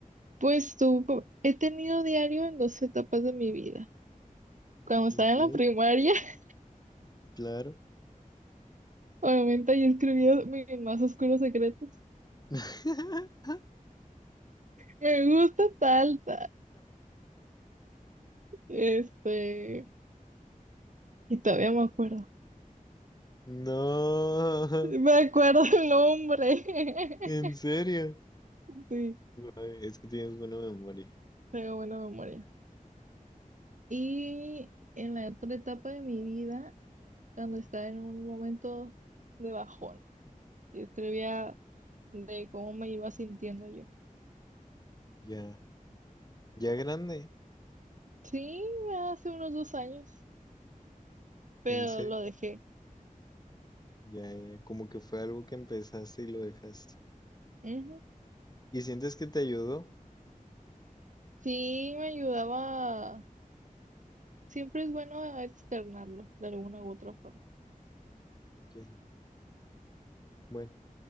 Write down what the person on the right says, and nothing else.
Pues tú, he tenido diario en dos etapas de mi vida. Cuando estaba
en la primaria, <laughs>
obviamente yo escribía mis más oscuros secretos.
Me gusta tal, tal. Este, y todavía me acuerdo.
Me acuerdo el nombre. <laughs>
Sí,
tengo buena memoria. Y en la otra etapa de mi vida, cuando estaba en un momento de bajón, y escribía de cómo me iba sintiendo yo.
Sí, hace unos dos años, pero
lo dejé.
Ujú.
Sí, me ayudaba. Siempre es bueno externarlo de alguna u otra forma.